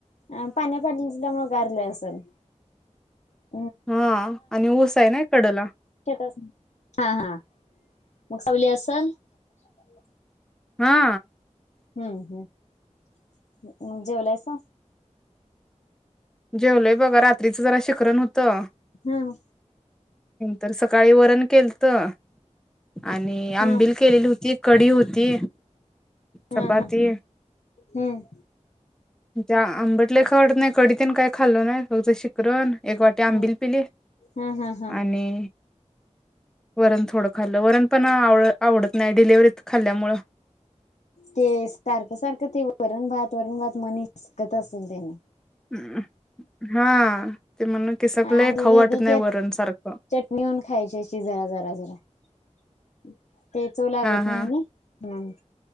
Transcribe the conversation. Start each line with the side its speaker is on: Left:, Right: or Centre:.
Left: हा पाणी पाजल्यामुळे गार होत असेल? चालेल
Centre: हा आणि ऊस आहे ना कडला.
Left: शेतात हा हा मग सावली असल? <inaudible>
Centre: हा
Left: हं हं जेवलायसा?
Centre: जेवलोय बघा रात्रीचं जरा शिखरण होतं.
Left: हम्म
Centre: तर सकाळी वरण केलतं. आणि
Left: हा
Centre: आंबिल केलेली होती कडी होती, चपाती
Left: हा हा हम्म
Centre: त्या आंबट लई खावू वाटत नाही कडीतेन काही खाल्लो नाही फक्त शिकरण एक वाटी आंबिल
Left: हम्म
Centre: पिली
Left: हा हा हा
Centre: आणि वरण थोडं खाल्लं वरण पण आवडत नाही डिलिव्हरीत खाल्ल्यामुळं
Left: ते सारखं सारखं ते वरण भात वरण भात मन हिसकत असेल त्यांन
Centre: हा ते म्हणून केसाक
Left: हा
Centre: लय
Left: आमची
Centre: खाऊ
Left: दीदी
Centre: वाटत नाही
Left: त्यात
Centre: वरण सारखं
Left: चटणी घेऊन खायची अशी जरा जरा जरा <inaudible> ते चवं लागत
Centre: हा
Left: नाही
Centre: हा
Left: हम्म